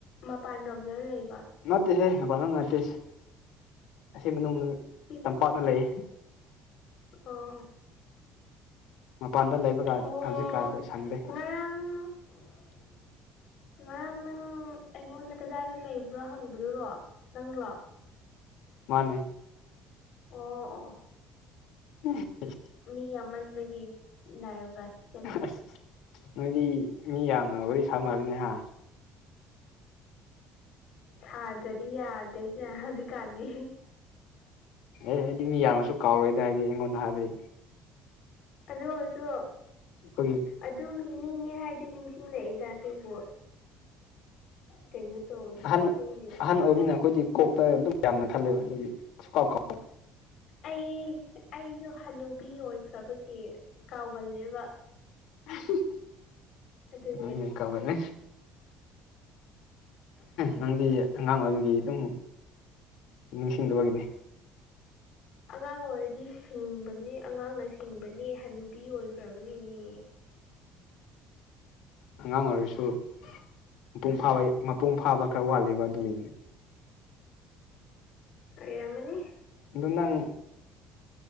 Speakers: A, on the left (about 50°); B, on the left (about 70°).
A: ꯃꯄꯥꯟ ꯔꯣꯝꯗ ꯂꯩꯕ
B: ꯅꯠꯇꯦꯍꯦ ꯃꯄꯥꯟ ꯂꯝ ꯅꯠꯇꯦ ꯏꯁ ꯑꯁꯤ ꯃꯅꯨꯡ
A: ꯁꯤ
B: ꯇꯝꯄꯥꯛꯇꯥ ꯂꯩꯌꯦ
A: ꯑꯣ
B: ꯃꯄꯥꯟꯗ ꯂꯩꯕꯒ
A: ꯑꯣ
B: ꯍꯧꯖꯤꯛ ꯀꯥꯗꯣ ꯑꯩ ꯁꯪꯗꯦ
A: ꯉꯔꯥꯡ <unintelligible> ꯉꯔꯥꯡ ꯅꯪ ꯑꯩꯉꯣꯟꯗ ꯀꯗꯥꯏꯗ ꯂꯩꯕ꯭ꯔꯣ ꯍꯪꯕꯗꯨꯔꯣ ꯅꯪꯂꯣ
B: ꯃꯥꯅꯦ
A: ꯑꯣ ꯑꯣ ꯑꯣ
B: <unintelligible>
A: ꯃꯤ ꯌꯥꯝꯃꯟꯕꯒꯤ ꯅꯔꯚꯁ ꯆꯠꯂꯦ
B: ꯑꯁ ꯅꯣꯏꯗꯤ ꯃꯤ ꯌꯥꯝꯅ ꯋꯥꯔꯤ ꯁꯥꯃꯥꯟꯂꯤꯅꯦꯍꯥ
A: ꯁꯥꯗ꯭ꯔꯥꯗꯤ ꯌꯥꯗꯦꯗ ꯍꯧꯖꯤꯛꯀꯥꯟꯗꯤ
B: ꯑꯦ ꯑꯩꯗꯤ ꯃꯤ ꯌꯥꯝꯃꯁꯨ ꯀꯥꯎꯔꯣꯏꯗꯥ ꯍꯥꯏꯗꯤ ꯑꯩꯉꯣꯟꯗ ꯍꯥꯏꯕꯩ
A: ꯑꯗꯨ ꯑꯣꯏꯔꯁꯨ
B: ꯑꯩꯈꯣꯏꯒꯤ
A: ꯑꯗꯨ ꯃꯤꯅꯤꯅꯦ ꯍꯥꯏꯗꯤ ꯅꯤꯡꯁꯤꯡꯂꯛꯏꯗ ꯑꯗꯨꯕꯨ ꯀꯩꯅꯣ ꯇꯧꯔꯗꯤ
B: ꯑꯍꯟ
A: ꯈꯪꯗꯦꯕ
B: ꯑꯍꯟ ꯑꯣꯏꯕꯅꯤꯅ ꯑꯩꯈꯣꯏꯗꯤ ꯀꯣꯛꯇꯥ ꯑꯗꯨꯝ ꯌꯥꯝꯅ ꯈꯜꯂꯦꯕ ꯑꯗꯨꯒꯤ ꯁꯨꯡꯀꯥꯎ ꯀꯥꯎ
A: ꯑꯩ ꯑꯩꯁꯨ ꯍꯅꯨꯕꯤ ꯑꯣꯏꯈ꯭ꯔꯕꯒꯤ ꯀꯥꯎꯒꯜꯂꯦꯕ
B: <unintelligible>
A: ꯑꯗꯨꯒꯤ
B: ꯀꯥꯎꯒꯜꯂꯦ ꯅꯪꯗꯤ ꯑꯉꯥꯡ ꯑꯣꯏꯕꯒꯤ ꯑꯗꯨꯝ ꯅꯤꯡꯁꯤꯡꯗꯕꯒꯤꯅꯤ
A: ꯑꯉꯥꯡ ꯑꯣꯏꯔꯗꯤ ꯁꯤꯡꯕꯅꯦ ꯑꯉꯥꯡꯅ ꯁꯤꯡꯕꯅꯦ ꯍꯅꯨꯕꯤ ꯑꯣꯏꯈ꯭ꯔꯕꯒꯤꯅꯦ
B: ꯑꯉꯥꯡ ꯑꯣꯏꯔꯁꯨ ꯃꯄꯨꯡ ꯐꯥꯕ ꯃꯄꯨꯡ ꯐꯥꯕ ꯈꯔ ꯋꯥꯠꯂꯤꯕ ꯑꯗꯨꯒꯤꯅꯤ
A: ꯀꯩꯔꯝꯃꯅꯤ
B: ꯑꯗꯨ ꯅꯪ